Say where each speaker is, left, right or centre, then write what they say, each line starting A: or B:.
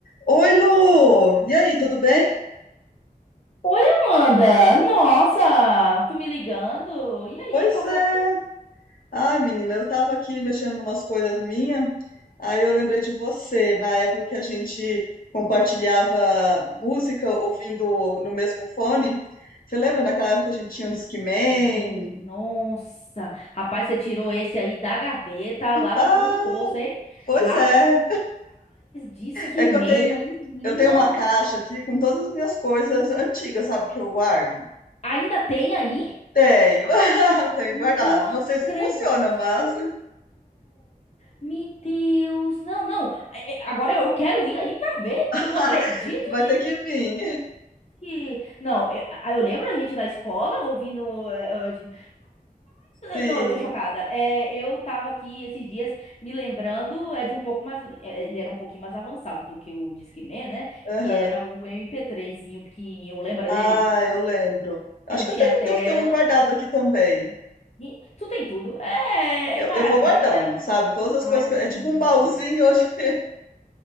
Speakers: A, on the left; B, on the left.
A: Oi, Lu! E aí, tudo bem?
B: Oi, Amanda! Nossa, tu me ligando? E aí,
A: Pois
B: qual
A: é.
B: foi?
A: Ai, menina, eu tava aqui mexendo em umas coisas minhas, aí eu lembrei de você, na época que a gente compartilhava música ouvindo no mesmo fone. Você lembra naquela época que a gente tinha um Discman?
B: Gente, nossa! Rapaz, você tirou esse aí da gaveta lá
A: Ah,
B: no fundo do poço, hein?
A: pois
B: Rapaz,
A: é.
B: diz que
A: É
B: meme,
A: que eu tenho,
B: menina.
A: eu tenho uma caixa aqui com todas as minhas coisas antigas, sabe, que eu guardo.
B: Ainda tem aí?
A: Tenho, <laughs> tenho
B: Não
A: guardado.
B: acredito!
A: Não sei se funciona, mas
B: Meu Deus! Não, não! É, é, Agora eu quero ir aí pra ver, porque
A: <laughs>
B: eu não acredito
A: vai
B: nisso!
A: ter que vir.
B: Gente, Não, eu, a- eu lembro a gente na escola ouvindo. eh, eh, tipo,
A: Sim.
B: Não, eu tô chocada. É, eu tava aqui esses dias me lembrando, é de um pouco mais, é, ele era um pouquinho mais avançado do que o Discman, né?
A: Aham.
B: Que era o MP3zinho pequenininho, lembra
A: Ah,
B: dele? Pequ-
A: eu lembro. Acho
B: Que não
A: que
B: tinha
A: eu tenho,
B: tela.
A: devo ter um guardado aqui também.
B: E tu tem tudo. É,
A: Eu,
B: é maravilha.
A: eu vou guardando, sabe? Todas as
B: Ai,
A: coisas que eu-
B: gente.
A: é tipo um baúzinho hoje. <laughs>